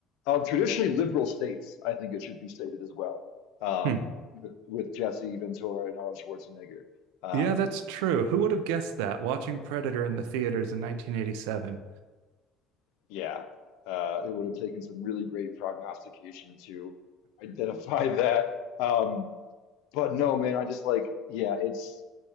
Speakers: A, on the left; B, on the right.
A: of traditionally liberal states, I think it should be stated as well. Um,
B: Hmm.
A: with, with Jesse Ventura and Arnold Schwarzenegger. Um,
B: Yeah, that's true. Who would have guessed that? Watching Predator in the theaters in 1987.
A: yeah, uh, it would have taken some really great prognostication to identify <laughs> that. Um, but no, man, I just like, yeah, it's.